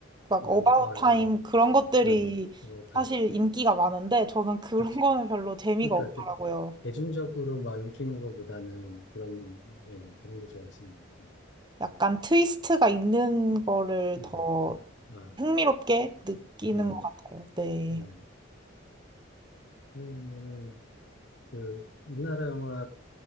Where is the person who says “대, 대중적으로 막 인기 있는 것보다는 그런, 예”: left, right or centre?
Left